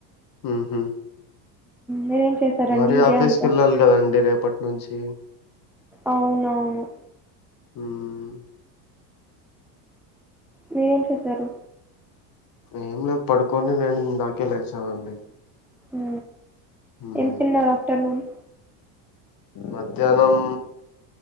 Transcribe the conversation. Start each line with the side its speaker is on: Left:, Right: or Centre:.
Left: ఆహా
Centre: మీరేం చేశారండి
Left: మరిీ ఆఫీస్
Centre: డే అంతా
Left: క వెళ్ళాలి కదాండి రేపటి అ నుంచి
Centre: అవునవును
Left: మ్మ్
Centre: మీరేం చేశారు
Left: ఏం లేదు పడుకోంని నేను ఇందాకే లేచానండి
Centre: అ
Left: మ్మ్
Centre: ఏం తిన్నారు ఆఫ్టర్నూన్
Left: మధ్యాహ్నం